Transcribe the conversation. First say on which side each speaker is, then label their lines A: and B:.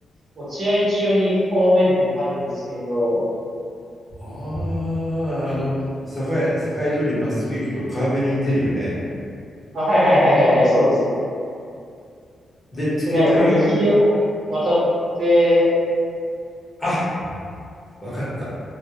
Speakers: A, on the right; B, on the left.
A: 落合中に行く方面にあるんですけれど、
B: ああ、あの、栄、栄通りまっすぐ行くと川べりに出るよね。
A: あ、はいはいはいはいはい、そうです。
B: で、突き当たりが、
A: なんか踏切を渡って、
B: あ、わかった。